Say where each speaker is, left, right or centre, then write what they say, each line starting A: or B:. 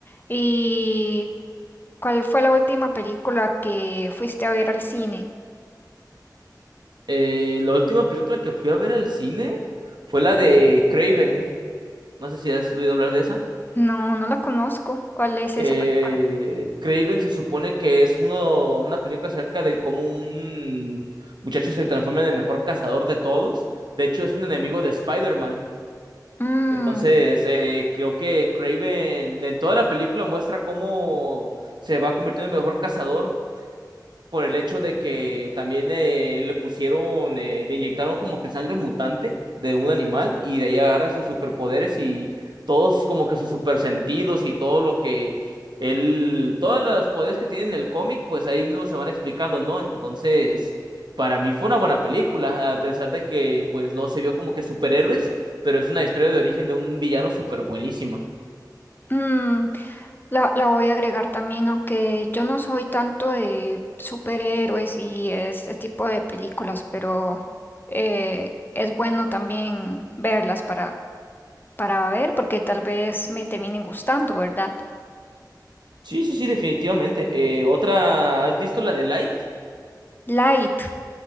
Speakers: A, on the left; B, on the right.
A: ¿Y cuál fue la última película que fuiste a ver al cine?
B: Eh, la última película que fui a ver al cine fue la de Craven. No sé si has oído hablar de esa.
A: No, no la conozco. ¿Cuál es esa
B: Eh,
A: película?
B: Craven se supone que es uno, una película acerca de cómo un muchacho se transforma en el mejor cazador de todos. De hecho, es un enemigo de Spider-Man.
A: Mm,
B: Entonces, eh, creo que Craven en toda la película muestra cómo se va convirtiendo en el mejor cazador por el hecho de que también eh, le pusieron, eh, le inyectaron como que sangre mutante de un animal y de ahí agarra sus superpoderes y todos como que sus supersentidos y todo lo que él, todos los poderes que tiene en el cómic, pues ahí mismo se van explicando, ¿no? Entonces, para mí fue una buena película, a pesar de que pues no se vio como que superhéroes, pero es una historia de origen de un villano súper buenísima.
A: mm. La, la voy a agregar también, aunque yo no soy tanto de superhéroes y este tipo de películas, pero eh, es bueno también verlas para, para ver, porque tal vez me terminen gustando, ¿verdad?
B: Sí, sí, sí, definitivamente. Eh, otra, ¿has visto la de Life?
A: Light,